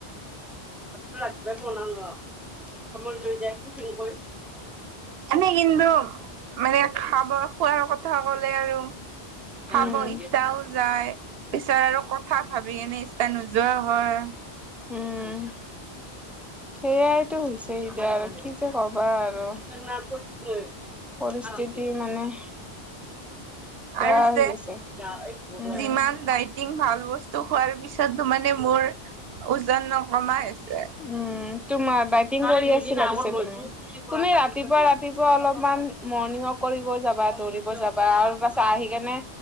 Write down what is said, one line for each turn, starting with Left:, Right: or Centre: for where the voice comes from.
Centre: <inaudible>
Right: এনে কিন্তু। মানে খাব খোৱাৰ কথা কলে আৰু খাব
Centre: উম
Right: ইচ্ছাও যায়। পিছত আৰু কথা ভাবি কেনে ইচ্ছা নোযোৱা হয়।
Centre: উম'। সেইয়াইতো হৈছে এতিয়া আৰু কি যে কবা আৰু। পৰিস্থিতি মানে। বেয়া
Right: আৰু যে
Centre: হৈ গৈছে উম
Right: যিমান দায়ি টিং ভাল বস্তু খোৱাৰ পিছতো মানে মোৰ ওজন নকমা হৈছে।
Centre: উম', তোমাৰ ডাইটিং কৰি আছিলা পিছে তুমি? কোনে ৰাত ৰাতিপুৱা, ৰাতিপুৱা অলপমান মৰ্ণিং ৱক কৰিব যাবা, দৌৰিব যাবা আৰু পাছত আহি কেনে